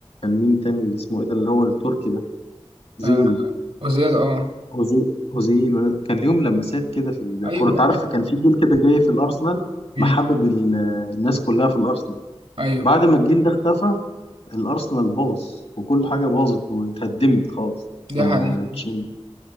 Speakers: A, on the left; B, on the right.
A: مين تاني اللي اسمه ايه ده اللي هو التركي ده اوزيل
B: آه، أوزيل اه
A: أوزو- اوزيل ولا- كان ليهم لمسات كده في الكوره
B: ايوه
A: انت عارف
B: أيوه.
A: كان في جيل كده جاي في الارسنال
B: مم.
A: محبب ال- الناس كلها في الارسنال
B: ايوه
A: بعد ما الجيل ده اختفى الارسنال باظ وكل حاجه باظت واتهدمت خالص
B: دي
A: لما
B: حقيقة
A: تشين-